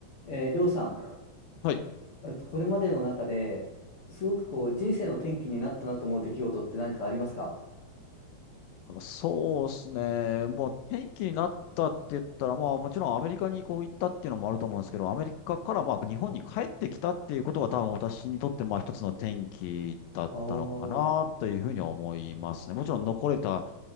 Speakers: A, on the left; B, on the left.
A: えー、りょうさん、
B: はい。
A: えっと、これまでの中で、すごくこう、人生の転機になったなと思う出来事って何かありますか
B: あのそうですね。もう天気になったって言ったら、まあもちろんアメリカにこう行ったっていうのもあると思うんですけど、アメリカからまあ日本に帰ってきたっていうことが多分私にとってまあ一つの転機だったのかなというふうに思いますね。
A: おー、
B: もちろん残れた、